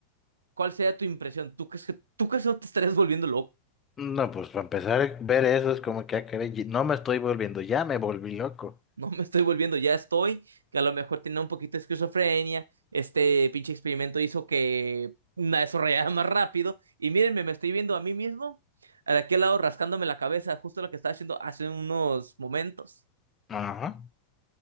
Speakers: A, on the right; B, on the left.
A: ¿Cuál sería tu impresión? ¿Tú crees que, tú crees que no te estarías volviendo loco?
B: No, pues para empezar a ver eso es como que, ah, caray, no me estoy volviendo, ya me volví loco.
A: No me estoy volviendo, ya estoy, que a lo mejor tenía un poquito de esquizofrenia, este pinche experimento hizo que la desarrollara <laughs> más rápido, y mírenme, me estoy viendo a mí mismo, a de aquel lado rascándome la cabeza, justo lo que estaba haciendo hace unos momentos.
B: Ajá.